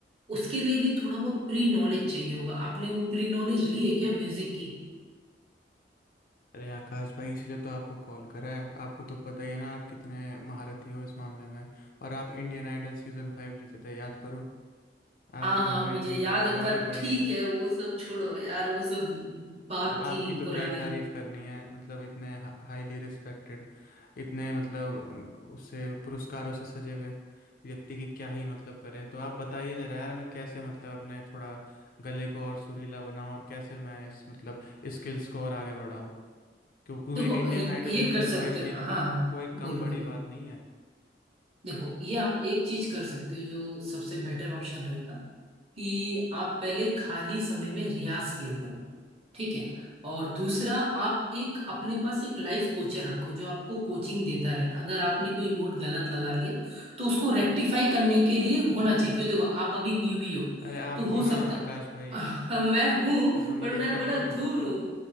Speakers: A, on the right; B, on the left.
A: उसके लिए भी थोड़ा बहुत प्री नॉलेज चाहिए होगा आपने वो प्री नॉलेज ली है क्या म्यूजिक
B: अरे आकाश भाई इसलिए तो आपको कॉल करा है आपको तो पता ही है ना आप कितने महारथी हो इस मामले में और आप इंडियन आइडल सीजन फाइव जीते थे याद करो
A: हाँ
B: आपके
A: हाँ
B: घर में
A: मुझे
B: इतनी
A: याद
B: सारी ट्रॉफी
A: है पर
B: पड़ी
A: ठीक
B: है
A: है वो सब छोड़ो यार वो सब बात
B: अब आपकी
A: थी
B: तो
A: पुरानी
B: क्या ही तारीफ करनी है मतलब इतने हाईली रिस्पेक्टेड इतने मतलब अम, उससे पुरस्कारों से सजे हुए व्यक्ति की क्या ही मतलब करें तो आप बताइए जरा यार मैं कैसे मतलब अपने थोड़ा गले को और सुरीला बनाऊं और कैसे मैं इस मतलब स्किल्स को और आगे बढ़ाऊं क्यों- क्योंकि
A: देखो
B: इंडियन
A: ये
B: आइडल
A: ये
B: सीजन
A: कर
B: फाइव
A: सकते हो
B: जीतना
A: हाँ हाँ
B: कोई कम
A: बोलो
B: बड़ी
A: बोलो
B: बात नहीं है
A: देखो ये आप एक चीज कर सकते हो जो सबसे बेटर ऑप्शन रहेगा कि आप पहले खाली समय में रियाज किया करो ठीक है और दूसरा आप एक अपने पास एक लाइफ कोचर रखो जो आपको कोचिंग देता रहे अगर आपने कोई नोट गलत लगा लिया तो उसको रेक्टिफाई करने के लिए होना चाहिए क्यों देखो आप अभी न्यूबी हो
B: अरे आप
A: तो हो
B: हो ना
A: सकता
B: आकाश भाई
A: <laughs> मैं हूं
B: इसमें मदद
A: पर मैं
B: कर
A: बड़ा
B: लोगे
A: दूर
B: बताओ
A: हूं